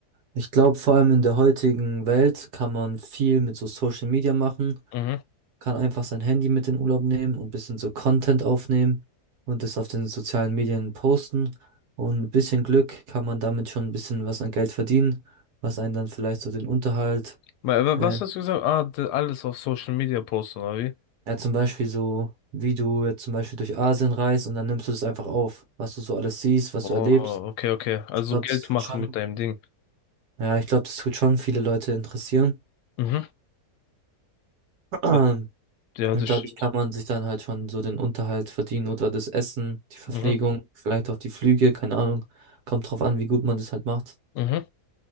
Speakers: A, on the right; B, on the left.
A: ich glaube, vor allem in der heutigen Welt kann man viel mit so Social Media machen,
B: Mhm.
A: kann einfach sein Handy mit in den Urlaub nehmen und ein bisschen so Content aufnehmen und das auf den sozialen Medien posten. Und mit bisschen Glück kann man damit schon ein bisschen was an Geld verdienen, was einen dann vielleicht so den Unterhalt,
B: Ma- wa-
A: äh,
B: Was hast du gesagt? Ah, d- alles auf Social Media posten, oder wie?
A: ja zum Beispiel so, wie du jetzt zum Beispiel durch Asien reist und dann nimmst du das einfach auf, was du so alles siehst, was
B: Oh,
A: du erlebst.
B: okay, okay. Also
A: Ich glaube,
B: Geld
A: das tut
B: machen
A: schon
B: mit deinem Ding.
A: Ja, ich glaube, das tut schon viele Leute interessieren.
B: Mhm.
A: <clears throat>
B: Ja, ja,
A: Und
B: das
A: dadurch
B: stimmt.
A: kann man sich dann halt schon so den Unterhalt verdienen oder das Essen, die Verpflegung,
B: Mhm.
A: vielleicht auch die Flüge, keine Ahnung. Kommt drauf an, wie gut man das halt macht.
B: Mhm.